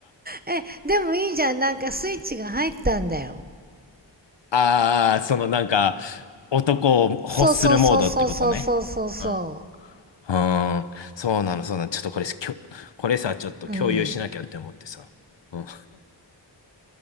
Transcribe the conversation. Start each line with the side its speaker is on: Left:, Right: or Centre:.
Right: え、でもいいじゃん。なんかスイッチが入ったんだよ。
Left: ああ、そのなんか、男を欲するモードってことね。
Right: そうそうそうそうそうそうそうそ
Left: うん。うーん、そうなの、そうなの。ちょっとこれ、きょ、これさ、ちょっと共有しなきゃって思ってさ。
Right: う。うん。
Left: うん。